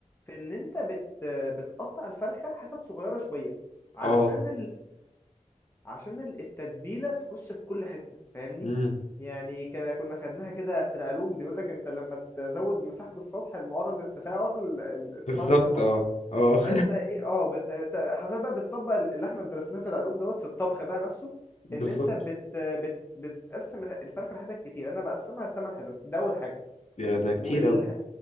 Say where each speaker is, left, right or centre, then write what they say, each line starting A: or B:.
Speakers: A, on the left (about 20°); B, on the left (about 60°).
A: في ان انت بت بتقطع الفرخه حتت صغيره شويه علشان
B: اه
A: عشان ال- التتبيلة تخش في كل حتة فاهمني
B: امم
A: يعني كان- كنا خدناها كده في العلوم بيقول لك انت لما تزود مساحة السطح المعرض للتفاعل ال- التفاعل
B: بالظبط
A: بيتم اسرع
B: اه اه
A: فانت ايه اه بت... انت حرفيا بقى بتطبق اللي احنا درسناه في العلوم دوت في الطبخ بقى نفسه
B: <laughs> بالظبط
A: ان انت بت... بت... بتقسم الفرخة لحتت كتير انا بقسمها لثمان حتت ده اول حاجة
B: يا ده كتير
A: وال...
B: قوي